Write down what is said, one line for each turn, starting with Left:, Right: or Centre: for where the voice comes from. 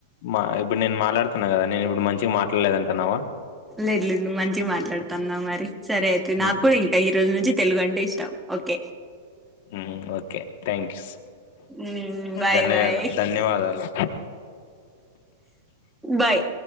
Left: మా ఇప్పుడు నేను మా లాడుతున్న గదా నేను ఇప్పుడు మంచిగా మాట్లాడలేదంటున్నావా
Centre: లేదు లేదు నువ్వు మంచిగా మాట్లాడుతన్నావ్ మరి సరే అయితే నాకు
Left: ఉమ్,
Centre: కూడా ఇంకా ఈ రోజు నుంచిత్ తెలుగు అంటే ఇష్టం ఓకే
Left: ఉమ్, ఓకే థ్యాంక్స్
Centre: ఊ బాయ్
Left: ధన్యవాద
Centre: బాయ్
Left: ధన్యవాదాలు
Centre: బాయ్